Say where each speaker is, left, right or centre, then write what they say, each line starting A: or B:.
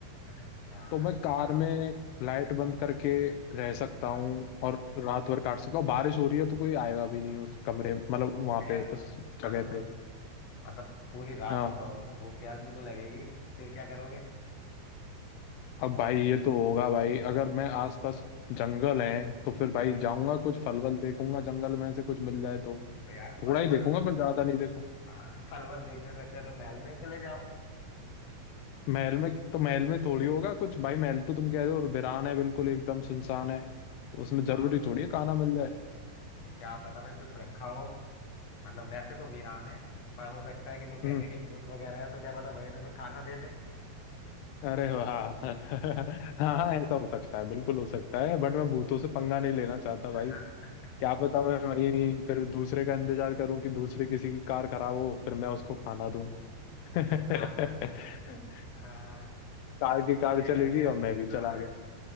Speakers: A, on the left; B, on the left.
A: अच्छा
B: तो मैं कार
A: का-
B: में लाइट बंद करके रह सकता
A: हाँ
B: हूँ और रात भर काट सकता हूँ बारिश हो रही है तो कोई आएगा भी नहीं उस कमरे मतलब
A: और फिर
B: वहां पे
A: यार पर
B: उस
A: मान
B: जगह
A: लो तुम्हें
B: पे
A: मतलब पूरी रात
B: हाँ
A: तुम रहोगे तो भूख प्यास भी तो लगेगी फिर क्या करोगे
B: अब भाई ये तो होगा भाई अगर मैं आसपास जंगल है तो फिर भाई
A: हाँ
B: जाऊंगा कुछ फल वल देखूंगा जंगल में से कुछ मिल जाए तो
A: तो यार
B: थोड़ा
A: फल
B: ही देखूंगा
A: वल देख-
B: पर ज्यादा नहीं देखूंगा
A: हाँ <laughs> फल वल देखने से अच्छा तुम महल में ही चले जाओ
B: महल में तो महल में थोड़ी होगा कुछ भाई महल तो तुम कह रहे हो और वीरान है बिल्कुल एकदम सुनसान है तो उसमें जरूरी
A: हाँ
B: थोड़ी है खाना मिल जाए
A: तो क्या पता भाई कुछ रखा हो मतलब वैसे तो वीरान है पर हो सकता है कि लोग कहते
B: हम्म
A: हैं कि भूत वगैरह है तो क्या पता वही तुम्हें खाना दे दें
B: अरे वाह <laughs> हाँ ऐसा हो सकता है बिल्कुल हो सकता है बट मैं भूतों से पंगा नहीं लेना चाहता
A: <laughs>
B: भाई क्या पता मैं वहीं फिर दूसरे का इंतजार करूं कि दूसरे किसी की कार खराब हो फिर मैं उसको खाना दूं <laughs> कार
A: हाँ हाँ
B: की कार
A: यार
B: चलेगी
A: यार
B: और मैं भी
A: हाँ
B: चला गया